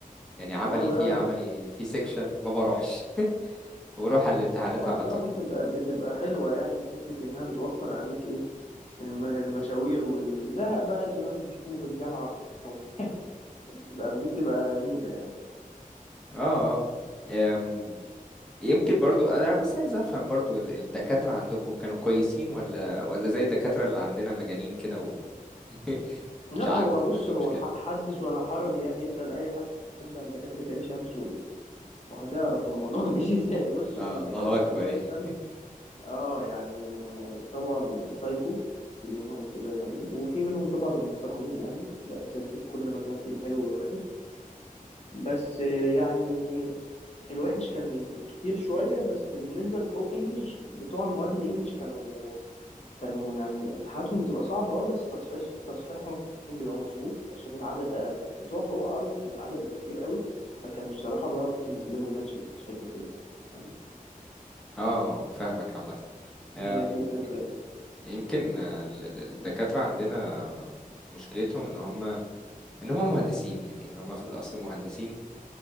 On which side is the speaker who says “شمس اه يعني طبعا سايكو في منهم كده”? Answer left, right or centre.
Left